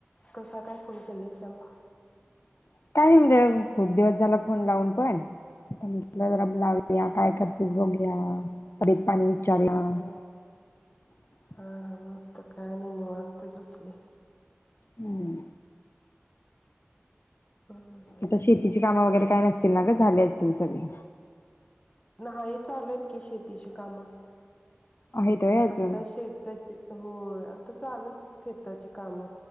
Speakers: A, on the left; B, on the left.
A: कसा काय फोन केलायसा मग
B: <unintelligible> खुप दिवस झालं फोन लावून पण म्हटलं लाऊया
A: हा हा
B: काय करतेस बघुया. <unintelligible>
A: हा
B: <unintelligible>
A: हा हा मस्त काय नाही निवांत बसले.
B: हम्म
A: हं हं हं.
B: आता शेतीची कामं वगैरे काय नाहीत? झाली असतील सगळी
A: नाही, चालू आहेत की शेतीची कामं
B: आहेत होय अजून
A: आता शेताची होय. चालूच शेताची काम.